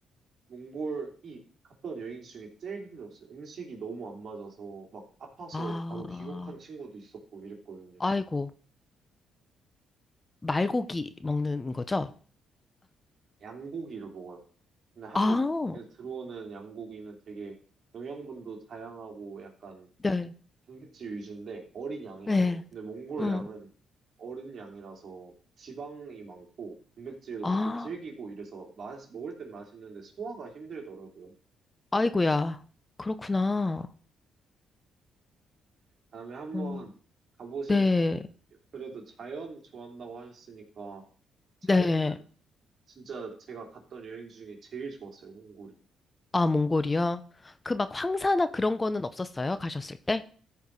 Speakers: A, on the right (about 50°); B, on the left (about 20°).
A: 몽골이 갔던 여행지 중에 제일 힘들었어요. 음식이 너무 안 맞아서 막 아파서
B: 아,
A: 바로 귀국한 친구도 있었고 이랬거든요.
B: 아이고. 말고기 먹는 거죠?
A: 양고기를 먹어요. 근데 한국에
B: 아,
A: 들어오는 양고기는 되게 영양분도 다양하고 약간
B: 네.
A: 단백질 위주인데 어린 양이라서
B: 네.
A: 근데 몽골
B: 음.
A: 양은 어른 양이라서 지방이 많고 단백질도
B: 아,
A: 적고 질기고 이래서 맛, 먹을 땐 맛있는데 소화가 힘들더라고요.
B: 아이고야. 그렇구나.
A: 다음에 한번
B: 음.
A: 가보시는
B: 네,
A: 게 그래도 자연 좋아한다고 하셨으니까 자연은
B: 네.
A: 진짜 제가 갔던 여행지 중에 제일 좋았어요, 몽골이.
B: 아, 몽골이요? 그 막 황사나
A: 네.
B: 그런 거는 없었어요? 가셨을 때?